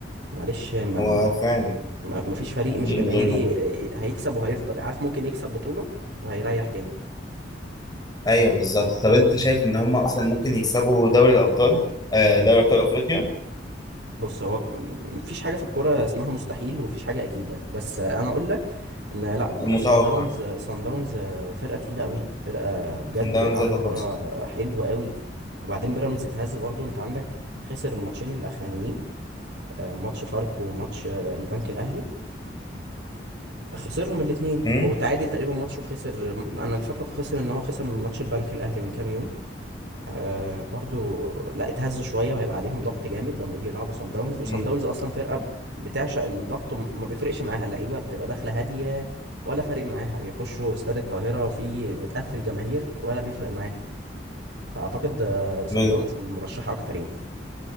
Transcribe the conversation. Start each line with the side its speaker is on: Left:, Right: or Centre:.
Right: معلش ما
Left: هو فعلا
Right: ما- ما فيش فريق
Left: ليه
Right: مش جماهيري
Left: من غير جمهور
Right: آه، هيكسب وهيفضل عارف ممكن يكسب بطولة وهيريح تاني
Left: ايوه بالظبط طب انت شايف ان هم اصلا ممكن يكسبوا دوري الابطال آه، دوري ابطال افريقيا
Right: بص هو مفيش حاجة في الكورة اسمها مستحيل ومفيش حاجة أكيدة بس أنا أقول لك إن لأ
Left: متوقع
Right: سان داونز سان داونز فرقة تقيلة أوي فرقة بجد
Left: سان داونز
Right: بيلعبوا
Left: هتاخدها
Right: كرة حلوة أوي وبعدين بيراميدز اتهز برضه أنت عندك خسر الماتشين الأخرانيين آه، ماتش فاركو وماتش آه، البنك الاهلي خسرهم الاثنين
Left: أمم،
Right: او تعادل تقريبا ماتش وخسر انا الفكره خسر ان هو خسر من ماتش البنك الاهلي من كام يوم آه برضو لا اتهزوا شويه وهيبقى عليهم ضغط جامد لما يجي يلعبوا صن داونز وصن
Left: أمم.
Right: داونز اصلا فرقه ب- بتعشق الضغط وما بيفرقش معاها اللعيبه بتبقى داخله هاديه ولا فارق معاها يخشوا استاد القاهره وفي متقفل جماهير ولا بيفرق معاهم فاعتقد آه، صن
Left: ب-
Right: داونز المرشحه اكتر يعني